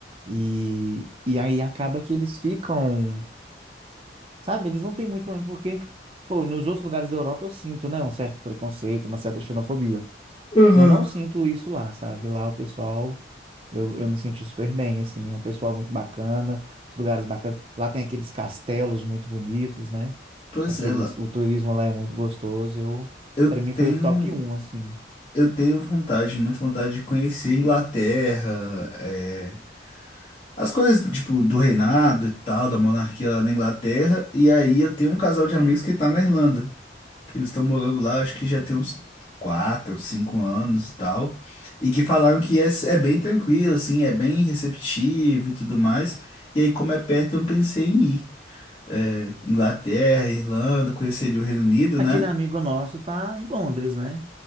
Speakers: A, on the right (about 30°); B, on the left (about 30°).
A: E, e aí acaba que eles ficam, sabe? Eles não têm muito problema, porque, pô, nos outros lugares da Europa eu sinto, né? Um certo preconceito, uma certa xenofobia.
B: Aham.
A: Eu não sinto isso lá, sabe? Lá o pessoal, eu, eu me senti super bem, assim, é um pessoal muito bacana, os lugares bacanas. Lá tem aqueles castelos muito bonitos, né?
B: Pois
A: Aqueles,
B: é, Lau.
A: o turismo lá é muito gostoso. Eu,
B: eu
A: para mim
B: tenho,
A: foi o top um assim.
B: eu tenho vontade, muito vontade de conhecer a Inglaterra, é, as coisas tipo do reinado e tal, da monarquia lá na Inglaterra. E aí eu tenho um casal de amigos que tá na Irlanda, que eles estão morando lá, acho que já tem uns quatro, cinco anos e tal, e que falaram que é, é bem tranquilo, assim, é bem receptivo e tudo mais. E aí, como é perto, eu pensei em ir. É, Inglaterra, Irlanda, conheceria o Reino Unido,
A: Aquele
B: né?
A: amigo nosso tá em Londres, né?